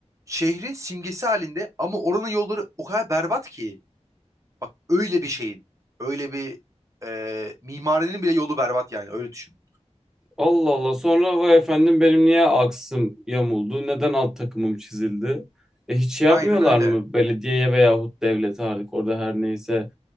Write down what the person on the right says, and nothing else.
Şehrin simgesi halinde ama oranın yolları o kadar berbat ki. Bak öyle bir şeyin. Öyle bir e, mimarinin bile yolu berbat yani öyle düşün.
Aynen
öyle.